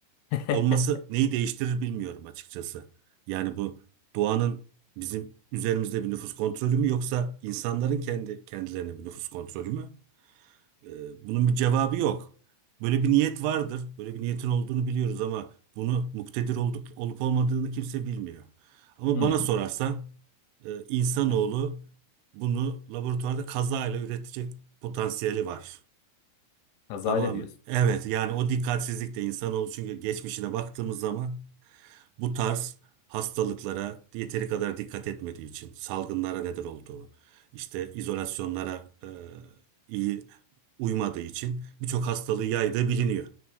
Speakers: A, on the left; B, on the right.
A: <laughs>
B: olması neyi değiştirir bilmiyorum açıkçası. Yani bu doğanın bizim üzerimizde bir nüfus kontrolü mü yoksa insanların kendi kendilerine bir nüfus kontrolü mü? Ee, bunun bir cevabı yok. Böyle bir niyet vardır. Böyle bir niyetin olduğunu biliyoruz ama bunu muktedir olduk, olup olmadığını kimse bilmiyor. Ama
A: Hmm.
B: bana sorarsan e, insanoğlu
A: Ha,
B: bunu laboratuvarda kazayla üretecek potansiyeli var.
A: Kazayla
B: Tamam.
A: diyorsun.
B: Evet yani o dikkatsizlik de insanoğlu çünkü geçmişine baktığımız zaman bu tarz hastalıklara yeteri kadar dikkat etmediği için salgınlara neden olduğu, işte izolasyonlara e, iyi uymadığı için birçok hastalığı yaydığı biliniyor.